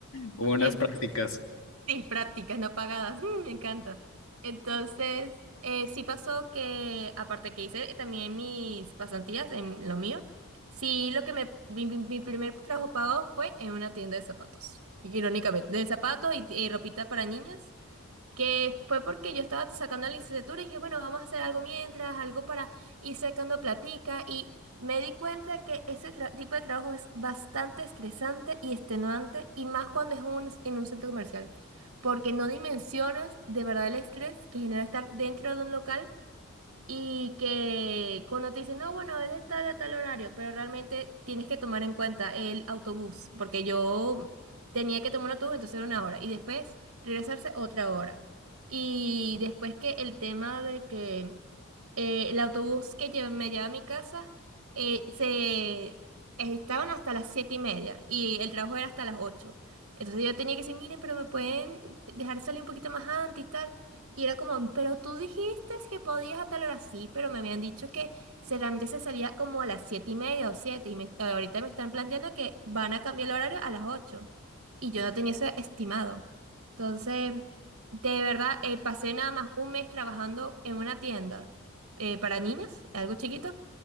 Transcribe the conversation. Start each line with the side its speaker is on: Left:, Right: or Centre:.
Left: como en
Right: En-
Left: las prácticas.
Right: Sí, prácticas no pagadas, Mm, me encanta. Entonces, eh, sí pasó que, aparte que hice también mis pasantías en lo mío, sí lo que me, mi, mi- mi primer trabajo pagado fue en una tienda de zapatos, irónicamente, de zapatos y, y ropita para niñas que fue porque yo estaba sacando la licenciatura y dije, bueno, vamos a hacer algo mientras, algo para ir sacando platica y me di cuenta que ese tra- tipo de trabajo es bastante estresante y extenuante y más cuando es un, en un centro comercial, porque no dimensionas de verdad el estrés que genera estar dentro de un local y que cuando te dicen, no, bueno, es de tal a tal horario, pero realmente tienes que tomar en cuenta el autobús, porque yo tenía que tomar un autobús, entonces era una hora, y después regresarse otra hora. Y después que el tema de que eh, el autobús que lle- me lleva a mi casa, eh, se estaban hasta las siete y media, y el trabajo era hasta las ocho. Entonces yo tenía que decir, miren, pero me pueden dejar salir un poquito más antes y tal. Y era como, pero tú dijiste que podías a tal hora sí, pero me habían dicho que solamente se salía como a las siete y media o siete, y me- ahorita me están planteando que van a cambiar el horario a las ocho, y yo no tenía eso estimado. Entonces, de verdad, eh, pasé nada más un mes trabajando en una tienda eh, para niñas, algo chiquito,